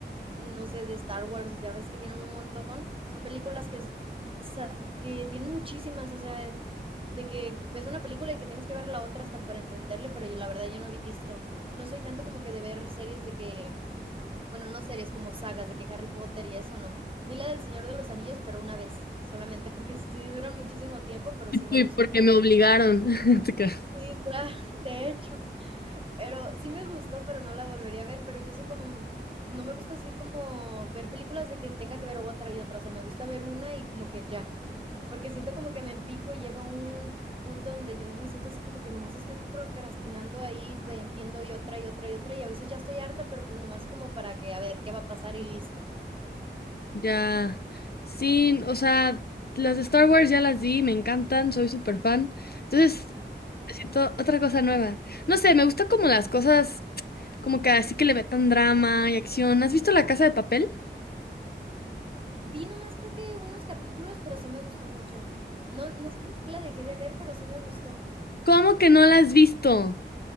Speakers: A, on the right; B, on the left.
A: no sé, de Star Wars, ya ves que tienen un montón, son películas que s sa que tienen muchísimas, o sea, de que ves una película y que tienes que ver la otra hasta para entenderle, pero yo la verdad yo no he visto. No soy tanto como que de ver series de que bueno, no series como sagas de que Harry Potter y eso, no. Vi la del Señor de los Anillos, pero una vez, solamente porque <laughs> sí duran muchísimo tiempo, pero
B: Y
A: sí
B: tú,
A: me gustó.
B: porque me obligaron. <laughs> Te creo.
A: Sí, claro, <laughs> de hecho, pero sí me gustó, pero no la volvería a ver, pero yo soy como no me gusta así como ver películas de que tenga que ver otra y otra, o sea, me gusta ver una y como que ya, porque siento como que me empico y llega un punto donde yo me siento así como que nomás estoy procrastinando ahí ve- viendo y otra y otra y otra y a veces ya estoy harta, pero pues nomás como para que a ver qué va a pasar y listo.
B: Ya, sí, o sea, las de Star Wars ya las vi, me encantan, soy súper fan. Entonces, necesito otra cosa nueva. No sé, me gusta como las cosas, como que así que le metan drama y acción. ¿Has visto La Casa de Papel?
A: Vi nomás creo que unos capítulos, pero sí me gustó mucho. No no sé por qué la dejé de ver, pero sí me gustó.
B: ¿Cómo que no la has visto?